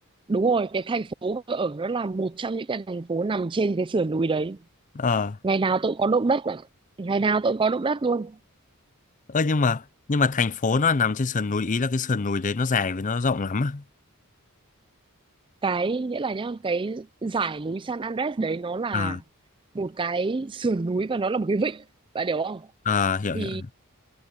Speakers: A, on the right; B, on the left.
A: đúng rồi cái thành phố mà tôi ở nó là một trong những cái thành phố nằm trên cái sườn núi đấy
B: ờ
A: ngày nào tôi cũng có động đất ạ ngày nào tôi cũng có động đất luôn
B: ơ nhưng mà nhưng mà thành phố nó nằm trên sườn núi ý là cái sườn núi đấy nó dài với nó rộng lắm à
A: cái nghĩa là nhá cái dải núi San Andres đấy nó là
B: ờ
A: một cái sườn núi và nó là một cái vịnh bạn hiểu không
B: ờ hiểu
A: thì
B: hiểu